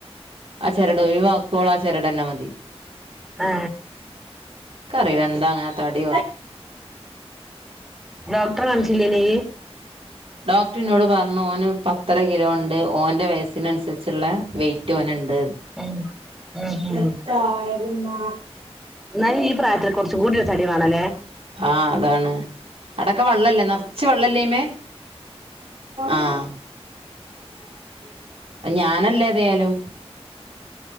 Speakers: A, on the right; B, in the centre.
A: ആ ചിരട് ഒഴിവാക്കുവള ആ ചിരട് തന്നെ മതി
B: ആ
A: കറി വന്താ അങ്ങനെ താടി
B: ഡോക്ടർ അനസിലേനി
A: ഡോക്ടറിനോട് പറഞ്ഞു ഓന് പത്തര കിലോ ഉണ്ട് ഓന്റെ വയസിനനുസരിച്ചുള്ള വെയിറ്റ് ഓന ഉണ്ട്
B: ഉം ഉം
A: ജട്ടായിരുന്നു
B: ഉം എന്നാലും ഈ പ്രായത്തിൽ കുറച്ച് കൂടിയ ചടിവാണല്ലേ
A: ആഹ് അതാണ് അടക്കെ വെള്ളല്ലേ നിറച്ച് വെള്ളല്ലേ ഇ്മേ ആഹ ഞാനല്ലേ തായാലും